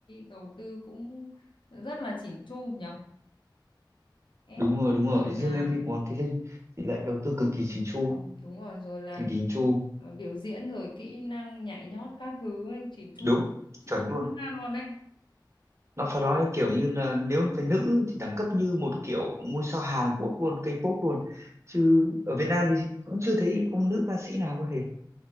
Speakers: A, on the left; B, on the right.
A: đầu tư cũng rất là chỉn chu nhỉ MV
B: đúng rồi đúng rồi
A: rồi
B: riêng
A: là
B: MV của Hoàng Thị Linh thì lại đầu tư cực kỳ chỉnh chu
A: Ừ, đúng rồi rồi là
B: kỳ đình chu
A: ờ, biểu diễn rồi kỹ năng nhảy nhót các thứ ấy, chỉn chu
B: đúng
A: chỉn
B: chuẩn
A: chu
B: luôn
A: ăn nan luôn đấy
B: nó phải nói kiểu như là nếu về nữ thì đẳng cấp như một kiểu ngôi sao Hàn Quốc luôn K-pop luôn chứ ở Việt Nam thì cũng chưa thấy có nữ ca sĩ nào có thể